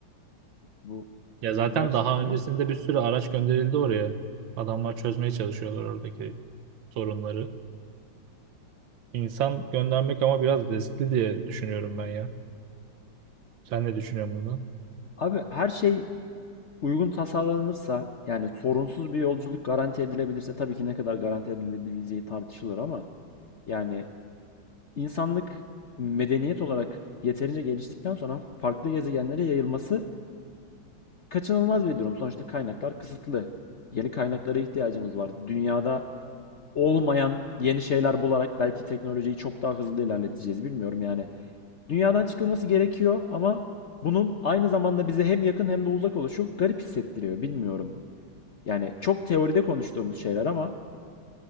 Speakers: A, on the left; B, on the right.
A: Bu,
B: Ya zaten
A: bu gerçekten.
B: daha öncesinde bir sürü araç gönderildi oraya. Adamlar çözmeye çalışıyorlar oradaki sorunları. İnsan göndermek ama biraz riskli diye düşünüyorum ben ya. Sen ne düşünüyorsun bundan?
A: Abi her şey uygun tasarlanırsa yani sorunsuz bir yolculuk garanti edilebilirse tabii ki ne kadar garanti edilebileceği tartışılır ama yani insanlık medeniyet olarak yeterince geliştikten sonra farklı gezegenlere yayılması kaçınılmaz bir durum. Sonuçta kaynaklar kısıtlı. Yeni kaynaklara ihtiyacımız var. Dünyada olmayan yeni şeyler bularak belki teknolojiyi çok daha hızlı ilerleteceğiz. Bilmiyorum yani. Dünyadan çıkılması gerekiyor ama bunun aynı zamanda bize hem yakın hem de uzak oluşu garip hissettiriyor. Bilmiyorum. Yani çok teoride konuştuğumuz şeyler ama